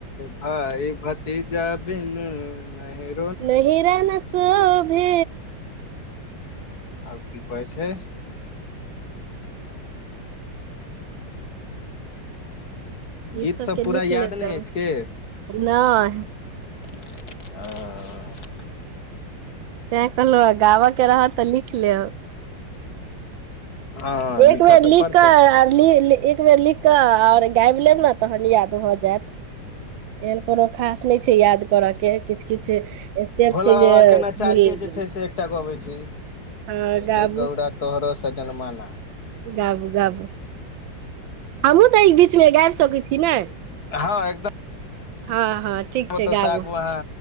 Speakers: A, on the left; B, on the right.
A: भााय भतीजाबिन नहि
B: न हिरा न सोभे
A: आब की कहै छै गीत
B: सबके
A: सब पूरा
B: लिख
A: याद
B: लेतब
A: नहि अछि कि
B: नहि
A: ह
B: तैं कहलहु आ गाबय के रहत तऽ लिख लेब
A: हँ
B: एक
A: लिखऽ
B: बेर
A: तऽ
B: लिख
A: पड़तै
B: कऽ लि एक बेर लिख आओर गाबि लेब ने तहन याद भ जायत एहन कोनो खास नहि छै याद करऽ के किछु किछ स्टेप
A: भोला
B: छै
A: बाबा
B: जे
A: के नचारिये
B: भूल
A: जे
B: ग
A: छै से एकटा गबै छी
B: ह ग
A: हे गौड़ा तोहरो स जनमाना
B: गाबू गाबू हमहहुँ तऽ एहि बीचमे गाबि सकैत छी ने
A: हँ एकदम
B: हँ हँ ठीक
A: आ
B: छै
A: ओतऽसँ
B: गाबू
A: आगू अहाँ